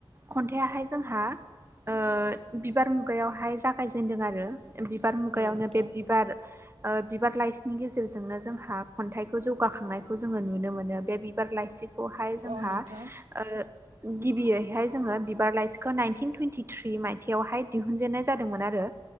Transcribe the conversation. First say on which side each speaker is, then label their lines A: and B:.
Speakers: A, on the right (about 25°); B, on the right (about 80°).
A: खन्थाया हाय जोंहा ओ बिबार मुगायावहाय जागायजेनदों आरो। बिबार मुगायावनो
B: औ नोंथां
A: बे बिबार ओ बिबार लाइसिनि गेजेरजोंनो जोंहा खन्थाइखौ जौगाखांनायखौ जोङो नुनो मोनो बे बिबार लाइसि खौहाय जोंहा
B: औ नोंथां
A: ओ गिबियैहाय जोङो बिबार लाइसिखौ नाइनटिन टुइनटिथ्रि माइ यावहाय दिहुनजेननाय जादोंमोन आरो